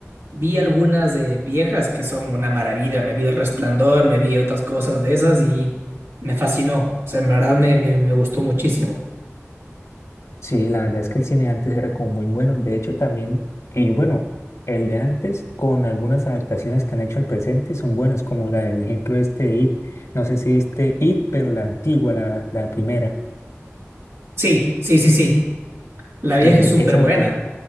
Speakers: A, on the right; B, on the left.
A: Vi algunas de viejas que son una maravilla. Me vi El Resplandor, me vi otras cosas de esas y me fascinó. O sea, en verdad me, me, me gustó muchísimo.
B: Sí, la verdad es que el cine de antes era como muy bueno. De hecho, también, y bueno, el de antes, con algunas adaptaciones que han hecho al presente, son buenas, como la del ejemplo este de este It. No sé si viste It, pero la antigua, la, la primera,
A: Sí, sí, sí, sí. La vieja
B: que
A: es súper
B: esa
A: buena.
B: me parece.